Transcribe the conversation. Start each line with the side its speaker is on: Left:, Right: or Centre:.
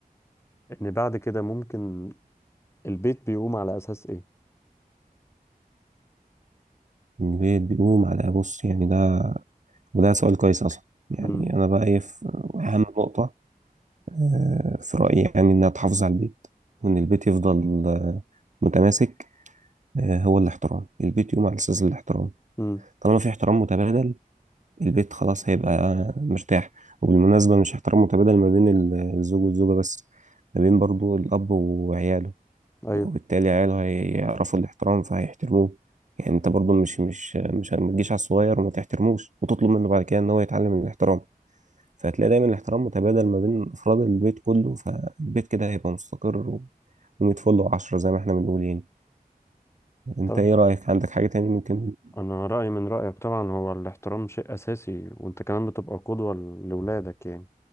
Left: ان بعد كده ممكن البيت بيقوم على اساس ايه
Right: البيت بيقوم على بص يعني ده وده سؤال كويس أصلا يعني
Left: امم
Right: أنا بقى إيه في أهم نقطة آه، في رأيي يعني إنها تحافظ على البيت وإن البيت يفضل آه، متماسك آه، هو الاحترام البيت يقوم على أساس الاحترام
Left: امم
Right: طالما في احترام متبادل البيت خلاص هيبقى مرتاح وبالمناسبة مش احترام متبادل ما بين ال- الزوج والزوجة بس ما بين برضو الأب وعياله
Left: ايوه
Right: وبالتالي عياله هيعرفوا الاحترام فهيحترموه يعني انت برضو مش مش مش ما تجيش على الصغير وما تحترموش وتطلب منه بعد كده ان هو يتعلم الاحترام فهتلاقي دايما الاحترام متبادل ما بين أفراد البيت كله فالبيت كده هيبقى مستقر و... ومية فل وعشرة زي ما احنا بنقول يعني انت
Left: طيب
Right: ايه رأيك عندك حاجة تاني ممكن
Left: انا رأيي من رأيك طبعا هو الاحترام شيء اساسي وانت كمان بتبقى قدوة لاولادك يعني